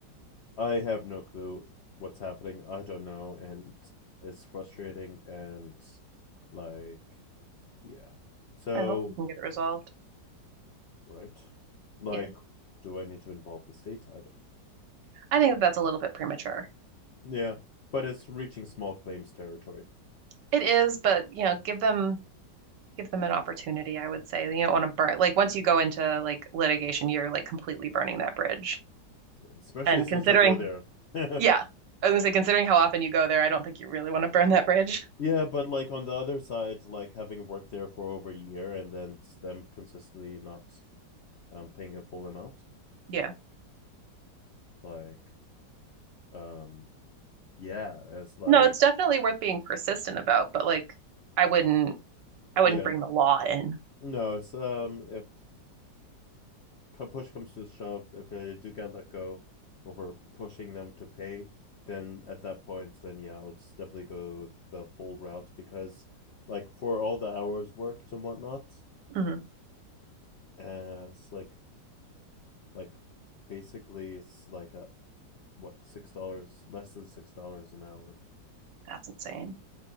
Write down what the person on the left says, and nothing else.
I have no clue what's happening. I don't know, and it's frustrating and like yeah. So
right, like,
do I need to involve the state? I don't know.
Yeah, but it's reaching small claims territory,
yeah, especially
since
I go there.
<laughs>
Yeah, but like on the other side, like having worked there for over a year and then them consistently not um paying a full amount,
like um yeah, it's like
yeah,
no, it's um if push comes to shove, if they do get let go over pushing them to pay, then at that point, then yeah, I would definitely go the full route because like for all the hours worked and whatnot,
uh, it's like like basically it's like a what six dollars less than six dollars an hour,